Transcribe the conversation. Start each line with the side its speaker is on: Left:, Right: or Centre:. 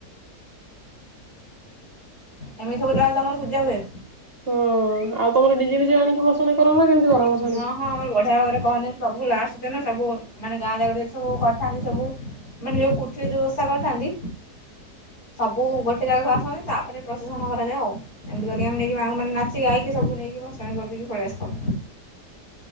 Left: ଏମିତି ସବୁ ତାହେଲେ ତମର ପୂଜା ହୁଏ?
Right: ହଁ। ଆଉ ତମର ଡ଼ିଜେ ଫିଜେ ଆଣିକି ଭସଣା କର ନା କେମିତି କର। ଭସାଣି?
Left: ହଁ ହଁ ଆମର ବଢିଆ ଭାବରେ କହନି ସବୁ ଲାଷ୍ଟ ଦିନ ସବୁ ମାନେ ଗାଁ ଜାକ ସବୁ କରିଥାନ୍ତି ସବୁ। ମାନେ ଯୋଉ କୁଠିରେ ଯୋଉ ବ୍ୟବସ୍ଥା କରିଥାନ୍ତି। ସବୁ ଗୋଟେ ଜାଗାକୁ ଆସନ୍ତି ତାପରେ ପ୍ରଶେସନ କରାଯାଏ ଆଉ। ଏମିତି କରିକି ନେଇକି ମାଁକୁ ମାନେ ନାଚି ଗାଇକି ସବୁ ନେଇକି ଭସାଣି କରି ଦେଇକି ପଳେଇ ଆସିଥାଉ।